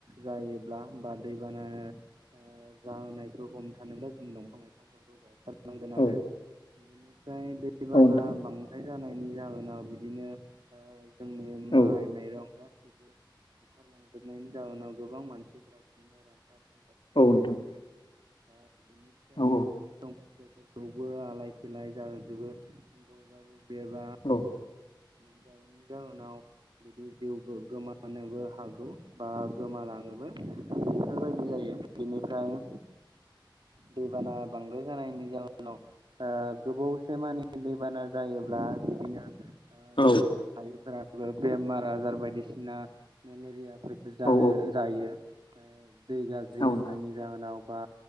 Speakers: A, on the right; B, on the left.
A: जायोब्ला बा दैबाना ओ जाहोनाय खौ हमथानोनो जों दंफां लाइफांफोरखौ गायथारनांगोन आरो
B: औ
A: बिदिनो जाय दैबाना
B: औ नोंथां
A: बांद्राय जानायनि जाहोनाव बिदिनो ओ जोंनि
B: औ
A: माइ माइरंबो गा- <inaudible> बुखारलांजोबनायनि जाउनाव गोबां मानसिफोरा बिदिनो रानथाब <inaudible> गोनां
B: औ नोंथां
A: जायो आ बिनिफ्रा
B: औ
A: मोसौ फोरखौबो आलाय सिलाय जाहोजोबो बयबाबो बेबा
B: औ
A: मोनजायैनि जाहोनाव बिदि जिउ गो गोमानोबो हागौ बा गोमालाङोबो बेफोरबायदि जायो बिनिफ्राय दैबाना बांद्राय जानायनि जाहोनाव गोबावसे मानि दैबाना जायोब्ला बिदिनो ओ
B: औ
A: सुबुं माहारिफोरा बेमार आजार बायदिसिना मेलेरियाफोरबो जानो
B: औ
A: जायो। दै गाज्रि
B: औ
A: लोंनायनि
B: नोंथां
A: जाहोनाव बा